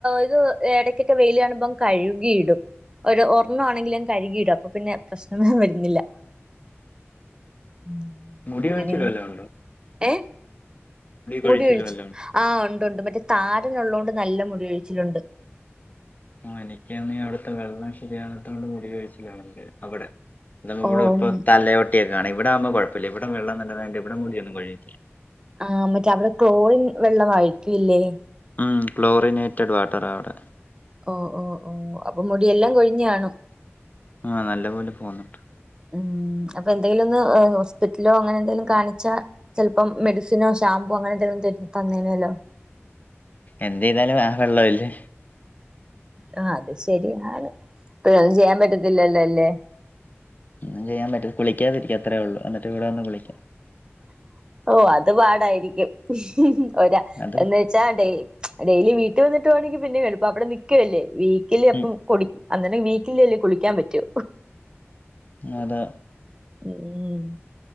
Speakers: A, on the right; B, on the left.
A: ഇത് ഇടയ്ക്കൊക്കെ വെയില കാണുമ്പം കഴുകിയിടും ഒരു ഒരെണ്ണ ആണെങ്കിലും കഴുകിയിടും അപ്പൊ പിന്നെ പ്രശ്നമേ വരുന്നില്ല ഉം
B: മുടി
A: അങ്ങനെ
B: കൊഴിച്ചിൽ
A: ഇന്ന്
B: വല്ലതും ഉണ്ടോ
A: ഏഹ് മുടി
B: കൊഴിച്ചിൽ
A: കൊഴിച്
B: വല്ലതും ഉണ്ടോ
A: ആഹ് ഉണ്ടുണ്ട് മറ്റേ താരനുള്ളൊണ്ട് നല്ല മുടി കൊഴിച്ചിലുണ്ട്
B: ആഹ് എനിക്കന്ന് അവിടത്തെ വെള്ളം ശരിയാകത്തോണ്ട് മുടി കൊഴിച്ചിലണ്ട് അവടെ <unintelligible>
A: ഓഹ്
B: ഇപ്പോ തലയോട്ട്യോക്കെ കാണാ ഇവടാവുമ്പോ കൊഴപ്പുല്ല ഇവിടെ വെള്ളം നല്ലതായിട്ട് ഇവിടെ മുടി ഒന്നും കൊഴീല്ല
A: ആഹ് മറ്റേ അവടെ ക്ലോറിൻ വെള്ളംമായിരിക്കൂല്ലേ
B: ഉം ക്ലോറിനേറ്റഡ് വാട്ടറാണ് അവടെ
A: ഓഹ് ഓഹ് ഓഹ് അപ്പൊ മുടിയെല്ലാം കൊഴിഞാണും
B: ആഹ് നല്ല പോലെ പോന്നുണ്ട്.
A: ഉം അപ്പൊ എന്തെങ്കിലും ഒന്ന് ഹോസ്പിറ്റലോ അങ്ങനെ എന്തെങ്കിലും കാണിച്ചാ ചെൽപ്പം മെഡിസിനോ ഷാംപൂ അങ്ങനെന്തെങ്കിലും ത തന്നീനല്ലോ
B: എന്ത്യ്താലും ആ വെള്ളോല്ലേ
A: അഹ് അത് ശരിയാണ് ഇപ്പ ഒന്നും ചെയ്യാൻ പറ്റത്തില്ലല്ലോ അല്ലേ.
B: ഒന്നും ചെയ്യൻ പറ്റ കുളിക്കാതിരിക്ക അത്രേ ഉള്ളൂ ഇവിടെ വന്ന് കുളിക്കാം
A: ഓഹ് അത് പാടാരിക്കും ഒരാ
B: അത്
A: എന്ന് വെച്ചാ ഡെയ് ഡേയ്ലി വീട്ടി വന്നിട്ട് വാണെങ്കി പിന്നി എൾപാ ബടെ നി ക്യുവല്ലേ വീക്കിലി അപ്പം
B: ഉം
A: കുടി അന്നന്നെ വീക്കിലി അല്ലേ കുളിക്കാൻ പറ്റു
B: അതാ
A: ഉംഉം